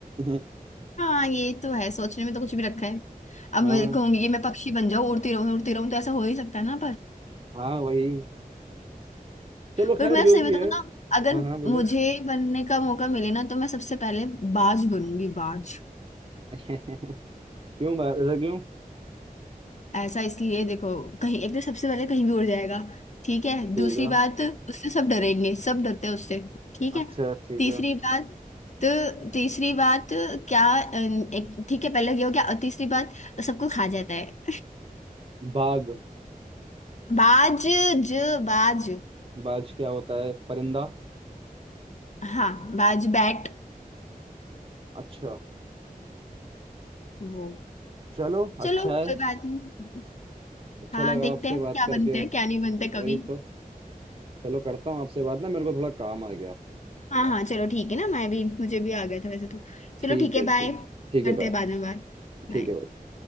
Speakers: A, on the right (about 40°); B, on the left (about 50°).
A: <laughs>
B: हाँ ये तो है सोचने में तो कुछ भी रखा है अब
A: हाँ
B: मैं कहूंगी कि मैं पक्षी बन जाऊं उड़ती रहूं उड़ती रहूं तो ऐसा हो ही सकता है ना
A: हाँ वही चलो
B: पर
A: खैर
B: मैं
A: जो
B: सही
A: भी
B: बताऊँ
A: है
B: ना अगर
A: हाँ हाँ बोलो
B: मुझे बनने का मौका मिले ना तो मैं सबसे पहले बाज बनूंगी बाज
A: <laughs> क्यों बा- ऐसा क्यों
B: ऐसा इसलिए देखो कहीं एक तो सबसे पहले कहीं भी उड़ जाएगा ठीक है
A: ठीक
B: दूसरी
A: है
B: बात उससे सब डरेंगे सब डरते हैं उससे ठीक
A: अच्छा
B: है
A: ठीक
B: तीसरी
A: है
B: बात तो तीसरी बात क्या अ, एक ठीक है पहले ये हो गया और तीसरी बात सबको खा जाता है
A: बाघ
B: बाज ज बाज
A: बाज क्या होता है परिंदा
B: हाँ बाज बैट
A: अच्छा
B: वो
A: चलो अच्छा
B: चलो कोई
A: है
B: बात नहीं
A: अच्छा
B: हाँ
A: लगा
B: देखते
A: आपसे
B: हैं
A: बात
B: क्या
A: करके
B: बनते हैं क्या नहीं बनते कभी
A: वही तो चलो करता हूँ आपसे बात ना मेरे को थोड़ा काम आ गया
B: हाँ हाँ चलो ठीक है ना मैं भी मुझे भी आ गया था वैसे तो चलो
A: ठीक
B: ठीक है
A: है ठीक
B: बाय
A: ठीक
B: करते
A: है बाय
B: हैं बाद में बात बाय
A: ठीक है bye।